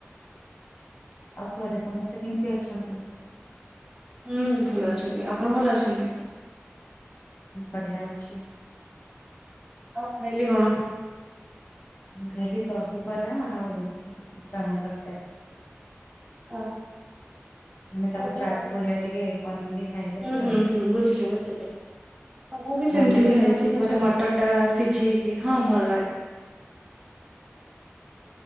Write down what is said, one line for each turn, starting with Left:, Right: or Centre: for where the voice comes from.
Left: ଆଉ ଘରେ ସମସ୍ତେ କେମିତି ଅଛନ୍ତି?
Right: ହୁଁ ଭଲ ଅଛନ୍ତି ଆପଣ ଭଲ ଅଛନ୍ତି?
Left: ବଢିଆ ଅଛି।
Right: ଆଉ ଖାଇଲେ କଣ?
Left: ଖାଇଲି ଦହିବରା ଆଉ ଚଣା ତରକାରୀ।
Right: ଆ
Left: ମାନେ ତାକୁ
Right: ଭଲଆଉ
Left: ଚାଟ ଭଳିଆ ଟିକେ ବନେଇକି ଖାଇଥିଲି
Right: ହୁଁ
Left: ଆଉ।
Right: ହୁଁ ହୁଁ ବୁଝିଲି ବୁଝିଲି। ମୁଁ ବି
Left: ଭଲ
Right: ସେମିତି
Left: ଲାଗେ
Right: ବି ଖାଇଛି
Left: ଆପଣଙ୍କୁ ଦହିବରା?
Right: ମାନେ ମଟର ଟା ସିଝେଇକି ହଁ ଭଲ ଲାଗେ। <inaudible>